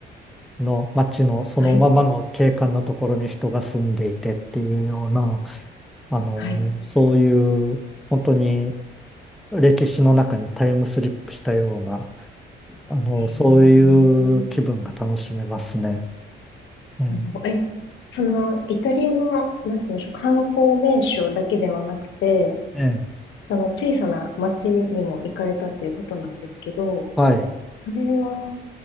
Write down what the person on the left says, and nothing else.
はい。
はい。
へー
もうえ、その、イタリアの、なんていうんでしょう、観光名所だけではなくて、
その小さな町にも行かれたっていうことなんですけど、
それは、